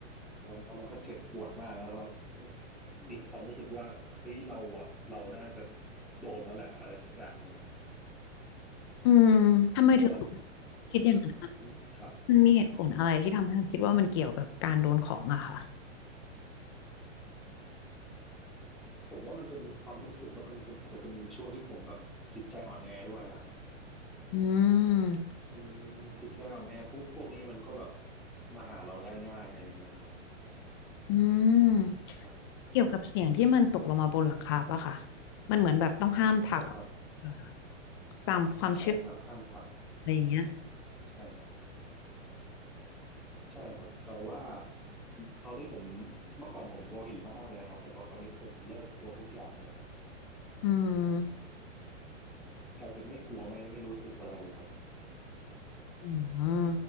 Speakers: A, in the centre; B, on the left.
A: แล้มันแล้วมันก็เจ็บปวดมากแล้วก็มีความรู้สึกว่าเฮ้ยเราอ่ะเราน่าจะโดนแล้วแหละอะไรสักอย่างหนึ่ง
B: อืมทำไมถึง
A: แล้วตอนนั้นผม
B: คิดอย่างนั้นอะ
A: ผมอืมครับ
B: มันมีเหตุผลอะไรที่ทำให้เราคิดว่ามันเกี่ยวกับการโดนของอะค่ะ
A: ผมว่ามันเป็นความรู้สึกแล้วมันเป็นอาจจะเป็นช่วงที่ผมแบบจิตใจอ่อนแอด้วยอะฮะ
B: อืม
A: มันจิตใจอ่อนแอปุ๊บพวกนี้มันก็แบบมาหาเราได้ง่ายอะไรเงี้ยครับ
B: อืม
A: ใช่
B: เกี่ยวกับเสียงที่มันตกลงมาบนหลังคาปะค่ะมันเหมือนแบบต้องห้ามทักเห
A: ใช่ครับ
B: รอคะตามความเชื่อ
A: ใช่ครับห้ามทัก
B: อะไรอย่างเงี้ย
A: ใช่ครับ ใช่ครับแต่ว่าตอนนี้ผมเมื่อก่อนผมกลัวผีมากเลยนะครับแต่ว่าตอนนี้ผมเลิกกลัวทุกอย่างเลยครับ
B: อืม
A: กลายเป็นไม่กลัวไม่ไม่รู้สึกอะไรเลยครับ
B: อืม